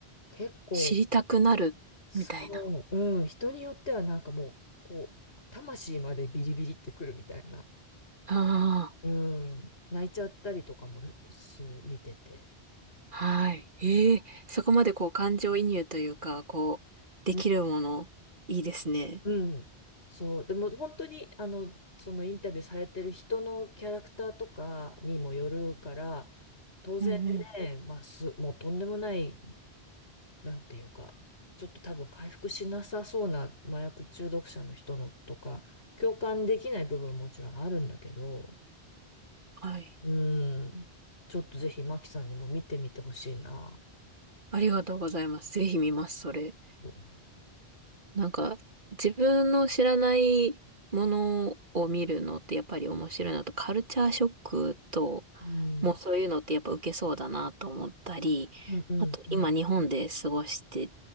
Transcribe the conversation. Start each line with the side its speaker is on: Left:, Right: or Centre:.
Left: う。結構、
Right: 知りたくなる、
Left: そう、
Right: みたいな。
Left: うん、人によってはなんかもう、こう、魂までビリビリってくるみたいな。
Right: あ
Left: うん、泣いちゃったりとかもする、見てて。
Right: あ、はい。ええ、
Left: な
Right: そこまでこう感情移入というか、こう、できるもの、
Left: うん、
Right: いいですね。
Left: うん、そう、でも本当に、あの、そのインタビューされてる人のキャラクターとかにもよるから、当然ね、
Right: うんうん。
Left: まあ、す、もうとんでもない、なんていうか、ちょっと多分回復しなさそうな麻薬中毒者の人のとか、共感できない部分ももちろんあるんだけど、
Right: はい。
Left: うん、ちょっとぜひマキさんにも見てみてほしいな。
Right: ありがとうございます。ぜひ見ます、それ。
Left: うん。
Right: なんか、自分の知らないものを見るのってやっぱり面白いなと、カルチャーショックと、
Left: うん。
Right: もうそういうのってやっぱ受けそうだなと思ったり、
Left: うんうんうん。
Right: あと今日本で過ごして